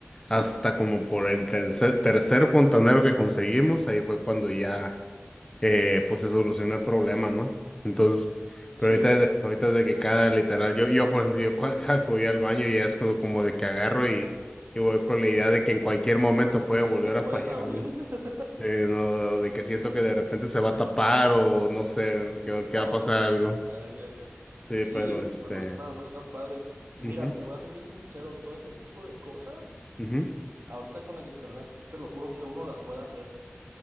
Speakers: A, on the left; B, on the right.
A: hasta como por el tercer, tercer fontanero que conseguimos, ahí fue cuando ya eh, pues se solucionó el problema, ¿no? Entonces, pero
B: Sí,
A: ahorita es de, ahorita es de que cada literal, yo, yo por ejemplo, yo cua- <laughs> cada que voy al baño ya es como, como de que agarro y, y voy con la idea de que en cualquier momento puede volver
B: te pueden
A: a fallar,
B: abrir.
A: ¿no?
B: <laughs>
A: Eh, no, de que siento que de repente se va a tapar o no sé, que, que
B: Oh,
A: va a pasar algo.
B: ya, ya, ya.
A: Sí,
B: Sí,
A: pero este.
B: pues no está, no está padre. Y
A: mhm
B: mira, te voy a ser bien sincero, todo ese tipo de cosas,
A: mhm
B: ahorita con el internet, te lo juro que uno las puede hacer.